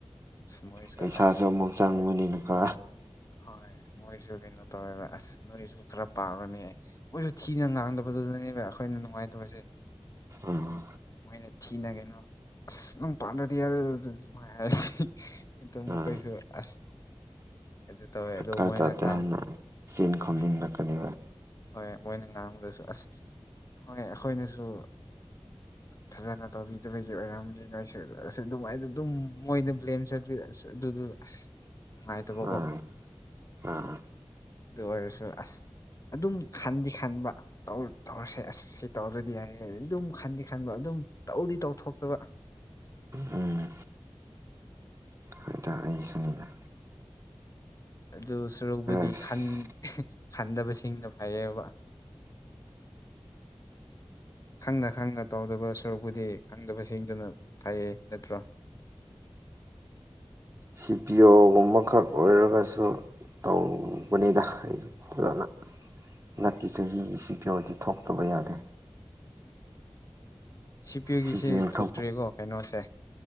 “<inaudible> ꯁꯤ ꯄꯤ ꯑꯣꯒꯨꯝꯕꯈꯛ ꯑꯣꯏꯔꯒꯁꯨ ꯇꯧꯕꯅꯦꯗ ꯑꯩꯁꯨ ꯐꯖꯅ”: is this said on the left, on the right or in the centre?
Right